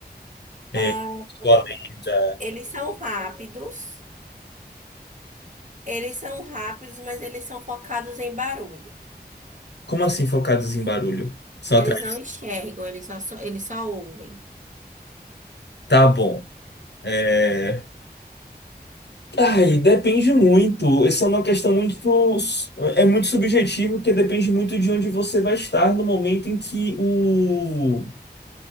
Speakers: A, on the left (about 85°); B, on the right (about 45°).
A: É,
B: Ah,
A: sua lenda.
B: eles são rápidos, eles são rápidos, mas eles são focados em barulho.
A: Como assim focados em barulho? Só
B: Eles
A: atrás.
B: não enxergam, eles só, só- eles só ouvem.
A: Tá bom. É... Ai, depende muito. Essa é uma questão muito. É muito subjetivo, porque depende muito de onde você vai estar no momento em que o